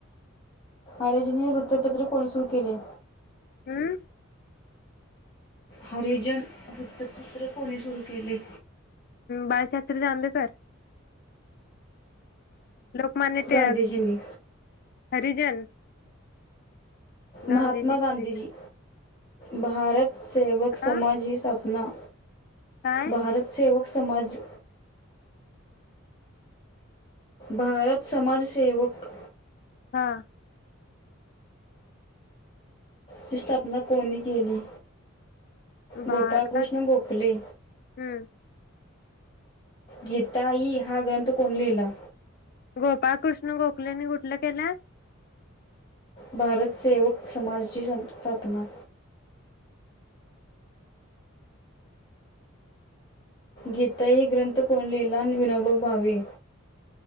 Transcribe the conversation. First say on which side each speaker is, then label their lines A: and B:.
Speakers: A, on the left (about 25°); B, on the left (about 45°).
A: आरेजीनी वृत्तपत्र कोणी सुरू केले?
B: अं?
A: हरिजन वृत्तपत्र कोणी सुरू केले?
B: बाळशास्त्री जांभेकर. लोकमान्य टिळक.
A: गांधीजींनी
B: हरिजन. गांधीजी
A: महात्मा
B: हरिजन
A: गांधीजी. भारतसेेवक
B: हा
A: समाजी स्था ना
B: काय
A: भारत सेवक समाज भारत समाजसेवक
B: हा.
A: ची स्थापना कोणी केली?
B: भारत
A: गोपाळकृष्ण गोखले.
B: हम्म
A: गीताई हा ग्रंथ कोणी लिहिला?
B: गोपाळकृष्ण गोखलेनी कुठलं केलं?
A: भारतसेेवक समाजाची स्था स्थापना गीताई ग्रंथ कोण लिहला? विनोबा भावे